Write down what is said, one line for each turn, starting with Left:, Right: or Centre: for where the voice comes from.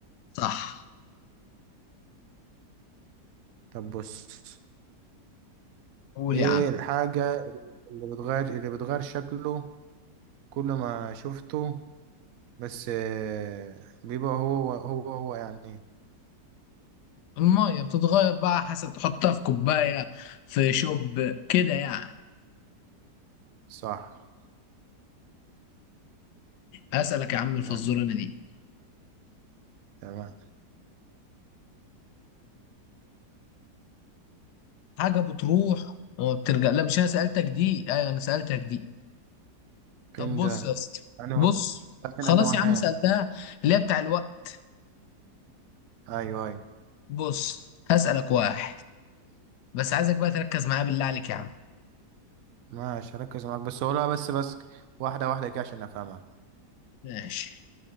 Left: صح
Right: طب بص
Left: قول
Right: إيه
Left: يا عم
Right: الحاجة اللي بتغير اللي بتغير شكله كل ما شفته بس آه، بيبقى هو هو هو يعني
Left: المية بتتغير بقى حسب تحطها في كوباية في شوب كده يعني
Right: صح
Left: هسألك يا عم الفزورة
Right: نعم،
Left: أنا دي
Right: تمام
Left: حاجة بتروح وما بترجع لا مش أنا سألتك دي أيوة أنا سألتك دي طب
Right: كان
Left: بص
Right: ده
Left: يا اسطى
Right: انا
Left: بص
Right: لكن
Left: خلاص
Right: انا واحد
Left: يا عم سألتها اللي هي بتاع الوقت
Right: ايوه ايوه
Left: بص هسألك واحد بس عايزك بقى تركز معايا بالله عليك يا عم
Right: ماشي ركز معاك بس قولها بس بس واحدة واحدة كده عشان افهمها
Left: ماشي